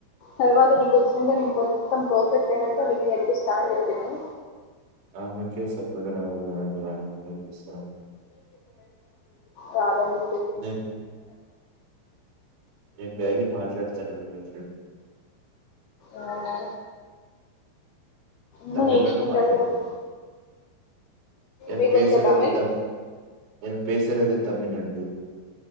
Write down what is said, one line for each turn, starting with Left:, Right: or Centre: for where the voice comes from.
Left: తర్వాత నీకు వచ్చినాక నేను మొత్తం పర్ఫెక్ట్ అయినాక నీకు నేర్పిస్తా అని చెప్పింది
Right: ఆమేకే సక్కగరాదు కదండీ ఆమే మీకు నేర్పిస్తద
Left: రాదండి
Right: నేను నేను డైలీ మాట్లాడుతాను నేను
Left: అవునా ఏమో
Right: తమిళ్
Left: నేర్చుకుంటారు
Right: లోనే మాట్లాడుతాను
Left: కదా
Right: ఎంపెసరదే
Left: మీకు వచ్చా తమిళ్
Right: ఎంపెసరదే తమిల్ అండి